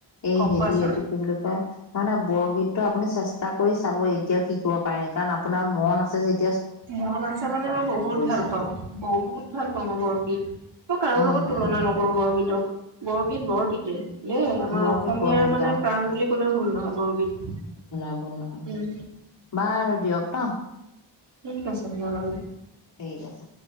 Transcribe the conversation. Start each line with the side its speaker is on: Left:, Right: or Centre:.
Left: এই
Right: ক
Left: হেৰি
Right: কোৱাচোন।
Left: এইটো কি বুলি কয় হয়হ নহ বৰগীতটো আপুনি চেষ্টা কৰি চাব এতিয়াও শিকিব পাৰেি ন কাৰণ আপোনাৰ মন আছে যে
Right: মন আছে মানে মই বহুত ভাল
Left: চাওক
Right: পাওঁ বহুত বহুত ভাল পাওঁ মই বৰগীত মই কাৰো
Left: উম
Right: লগত তুলনা নকৰো বৰগীতক বৰগীত বৰগীতে দেই
Left: উম
Right: আমাৰ
Left: বৰগীত
Right: অসমীয়াৰ
Left: বৰগীত
Right: মানে প্ৰাণ বুলি ক'লেও ভুল নহয় বৰগীত
Left: ভ নহয়
Right: উম,
Left: বা আৰু দিয়ক ন
Right: ঠিক আছে জানালে
Left: ঠিক আছে